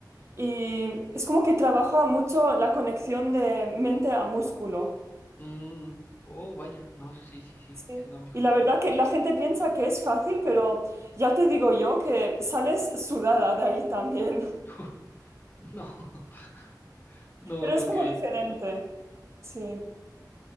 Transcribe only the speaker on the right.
y es como que trabaja mucho la conexión de mente a músculo.
Sí.
Y la verdad que la gente piensa que es fácil, pero ya te digo yo que sales sudada de ahí también.
Pero
es como
diferente, sí.